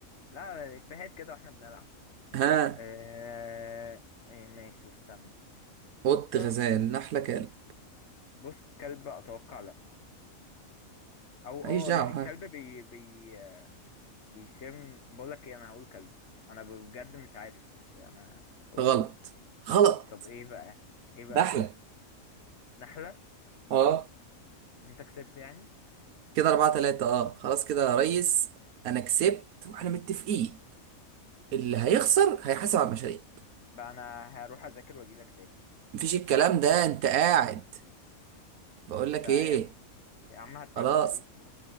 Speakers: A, on the left (about 50°); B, on the right (about 80°).
A: لا افيهات كده واحنا بنلعب
B: ها
A: آه... إيه، ماشي استنى
B: قط
A: قطة
B: غزال نحلة كلب
A: بص كلب اتوقع لا او
B: ماليش
A: اه
B: دعوة
A: لا الكلب
B: ها
A: بي بي بيشم بقولك ايه انا هقول كلب انا بجد مش عارف بس انا هقول
B: غلط
A: كلب
B: غلط
A: طب ايه بقى ايه بقى
B: نحلة
A: نحلة
B: اه
A: انت كسبت يعني
B: كده أربعة تلاتة اه خلاص كده يا ريس أنا كسبت وإحنا متفقين اللي
A: ماشي
B: هيخسر هيحاسب على المشاريب
A: بقى انا هروح اذاكر واجيلك تاني
B: مفيش الكلام ده أنت قاعد بقول
A: انت
B: لك
A: يع-
B: إيه
A: يا عم هدفع
B: خلاص
A: المشاريب خلاص